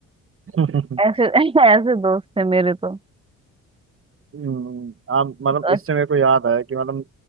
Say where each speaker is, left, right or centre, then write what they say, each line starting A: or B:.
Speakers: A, on the right; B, on the right.
A: <laughs>
B: ऐसे <laughs> ऐसे दोस्त है मेरे तो
A: हम्म, हाँ मतलब
B: अस-
A: इससे मेरे को याद आया कि मतलब